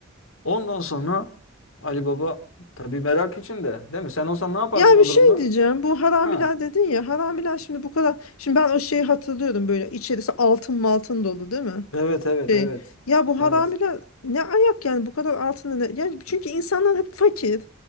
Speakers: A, on the left (about 65°); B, on the left (about 90°).
A: Ondan sonra Ali Baba tabii merak içinde değil mi? Sen olsan ne yaparsın
B: Ya
A: o
B: bir şey
A: durumda?
B: diyeceğim. Bu haramiler
A: Ha.
B: dedin ya. Haramiler şimdi bu kadar. Şimdi ben o şeyi hatırlıyorum böyle. İçerisi altın maltın dolu değil mi?
A: Evet evet
B: Şey,
A: evet.
B: ya bu
A: Evet.
B: haramiler ne ayak yani bu kadar altını ne? Yani çünkü insanlar hep fakir.